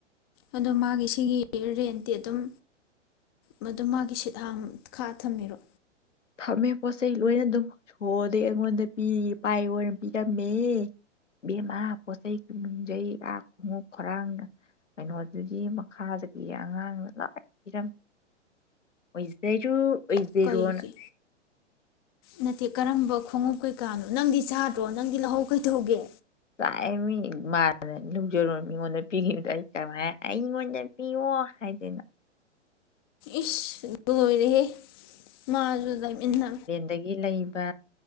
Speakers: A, on the left; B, on the left.
A: ꯑꯗꯣ ꯃꯥꯒꯤ ꯁꯤꯒꯤ ꯔꯦꯟꯇꯤ ꯑꯗꯨꯝ__ ꯃꯗꯨ ꯃꯥꯒꯤ ꯁꯤꯠꯍꯥꯡ ꯈꯥ ꯊꯝꯃꯤꯔꯣ꯫
B: ꯊꯝꯃꯦ ꯄꯣꯠ ꯆꯩꯩ ꯂꯣꯏꯅ ꯗꯨꯝ ꯁꯣꯗꯤꯩ ꯑꯩꯉꯣꯟꯗ ꯄꯤ ꯄꯥꯏ ꯑꯣꯏꯅ ꯄꯤꯔꯝꯃꯦ꯫ ꯕꯦꯝꯃ ꯄꯣꯠꯆꯩ ꯅꯨꯡꯖꯩ ꯑꯥ ꯈꯣꯡꯎꯞ ꯈꯔꯥꯡꯅ__ ꯀꯩꯅꯣꯗꯨꯗꯤ ꯃꯈꯥꯗꯗꯒꯤ ꯑꯉꯥꯡꯅ ꯂꯥꯏ ꯄꯤꯔꯝ__ ꯑꯣꯏꯖꯔꯨ꯫ ꯑꯣꯏꯖꯔꯣꯅ
A: ꯀꯩꯒꯤ꯫ ꯅꯠꯇꯦ ꯀꯔꯝꯕ ꯈꯣꯡꯎꯞ ꯀꯩꯀꯥꯅꯣ ꯅꯪꯗꯤ ꯆꯥꯗ꯭ꯔꯣ ꯅꯪꯗꯤ ꯂꯧꯍꯧ ꯀꯩꯗꯧꯒꯦ꯫
B: ꯆꯥꯏ ꯃꯤ ꯃꯥꯅ ꯂꯧꯖꯔꯣꯅ ꯃꯤꯉꯣꯟꯗ ꯄꯤꯒꯤꯕꯗꯣ ꯑꯩ ꯀꯃꯥꯏ ꯑꯩꯉꯣꯟꯗ__ ꯄꯤꯌꯣ ꯍꯥꯏꯗꯅ__
A: ꯏꯁ ꯂꯣꯏꯔꯦ ꯍꯦ ꯃꯥꯖꯨ ꯂꯩꯃꯤꯟꯅ__
B: ꯑꯗꯒꯤ ꯂꯩꯕ